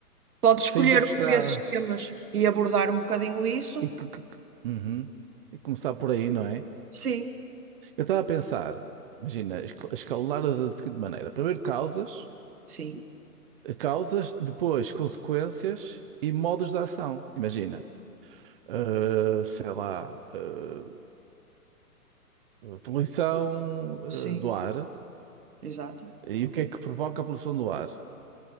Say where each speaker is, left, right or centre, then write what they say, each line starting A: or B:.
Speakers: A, on the right; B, on the right.
A: Pode escolher
B: sendo que está.
A: um desses temas e abordar um bocadinho isso?
B: E, que, que- que- Uhum. E começar por aí, não é?
A: Sim,
B: Eu estava a pensar, imagina, escal- escalonar da da seguinte maneira: primeiro causas.
A: sim,
B: Causas, depois consequências e modos de ação. Imagina, eh, sei lá, eh, poluição,
A: sim,
B: eh, do ar
A: exato.
B: e o que é que provoca a poluição do ar.